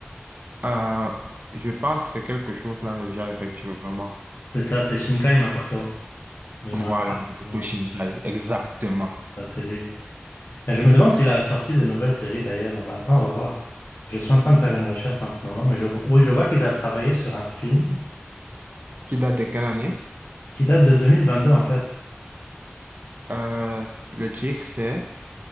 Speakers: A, on the right; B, on the left.
A: Euh, je pense que c'est quelque chose là déjà, effectivement.
B: C'est ça, c'est Shinkai Makoto. Je
A: Voilà,
B: me rappelle.
A: Makoto
B: Bon,
A: Shinkai, exactement.
B: ça, c'est lui. Euh, Je me demande s'il a sorti de nouvelles séries d'ailleurs. On va attendre, on va voir. Je suis en train de faire une recherche en ce moment, mais je vois, oui, je vois qu'il a travaillé sur un film
A: Qui date de quelle année?
B: qui date de 2022 en fait.
A: Euh, le titre, c'est?